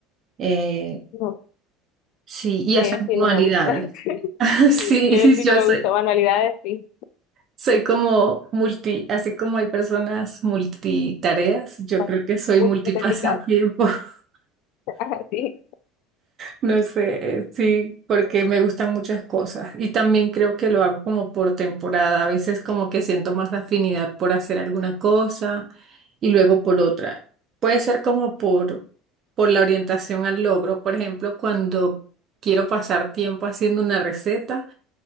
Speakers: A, on the right; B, on the left.
A: Eh,
B: no,
A: Sí, y
B: leer
A: hacer
B: sí
A: modalidades.
B: no me gusta,
A: <laughs> Sí,
B: <laughs> leer sí
A: yo
B: no me
A: soy,
B: gusta, manualidades sí,
A: soy como multi, así como hay personas multitareas, yo
B: pas-
A: creo que soy
B: muy
A: multipasatiempo,
B: hipotéticas,
A: <laughs>
B: <laughs> Ajá, sí.
A: no sé, sí, porque me gustan muchas cosas y también creo que lo hago como por temporada, a veces como que siento más afinidad por hacer alguna cosa y luego por otra. Puede ser como por, por la orientación al logro, por ejemplo, cuando quiero pasar tiempo haciendo una receta.